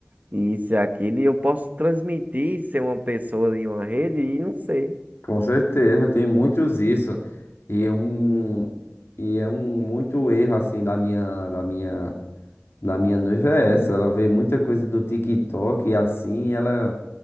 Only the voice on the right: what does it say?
Isso e aquilo, e eu posso transmitir ser uma pessoa em uma rede e não ser.